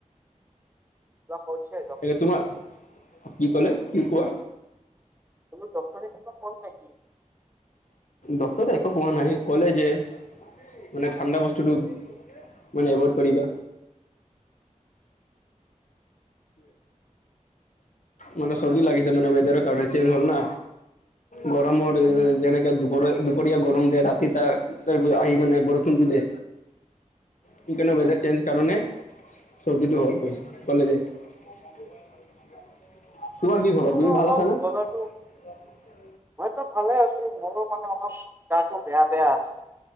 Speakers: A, on the right; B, on the left.
A: কিৱা কৰছে?
B: এতিয়া তোমাৰ- কি ক'লে, কি কোৱা।
A: তুমি ডক্টৰে কিবা কয় নেকি?
B: ডক্টৰ একো কোৱা নাই। কলে যে, মানে ঠাণ্ডা বস্তুটো মানে এভইড কৰিবা। মানে চৰ্দি লাগিছে মানে ৱেদাৰ কাৰণে চেঞ্জ হল না। গৰমৰ যেনেকে দুপৰীয়া দুপৰীয়া গৰম দে ৰাতি তা আহি মানে বৰষুণটো দে। সেইকানে ৱেদাৰ চেঞ্জ কাৰণে চৰ্দিটো হল কৈছে হলে যে। <unintelligible> তোমাৰ কি খবৰ? তুমি
A: অঁ
B: ভাল
A: অলপ
B: আছা
A: চলপ।
B: <unintelligible>
A: মইতো ভালে আছো মোৰো মানে অলপ গাটো বেয়া বেয়া আছে।